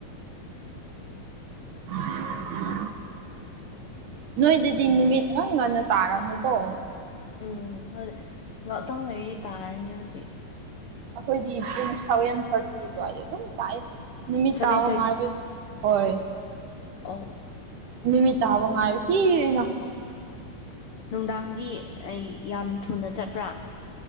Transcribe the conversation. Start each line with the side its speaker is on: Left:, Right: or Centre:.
Right: <unintelligible> ꯅꯣꯏꯗꯗꯤ ꯅꯨꯃꯤꯠ ꯉꯥꯟ ꯉꯟꯅ ꯇꯥꯔꯝꯃꯨꯀꯣ
Left: ꯎꯝ ꯂꯣꯛꯇꯥꯎ ꯂꯩꯔꯤꯗꯤ ꯇꯥꯔꯅꯤ ꯍꯧꯖꯤꯛ
Right: ꯑꯩꯈꯣꯏꯗꯤ ꯄꯨꯡ ꯁꯚꯦꯟ ꯊꯥꯔꯇꯤ ꯑꯗꯨꯋꯥꯏꯗ ꯑꯗꯨꯝ ꯇꯥꯛ ꯅꯨꯃꯤꯠ
Left: ꯁꯚꯦꯟ
Right: ꯇꯥꯕ ꯉꯥꯏꯕꯁ ꯍꯣꯏ
Left: ꯑ
Right: ꯅꯨꯃꯤꯠꯇ ꯍꯥꯕ ꯉꯥꯏꯔꯁꯤ ꯑꯩꯅ
Left: ꯅꯨꯡꯗꯥꯡꯗꯤ ꯑꯩ ꯌꯥꯝ ꯊꯨꯅ ꯆꯠꯄ꯭ꯔꯥ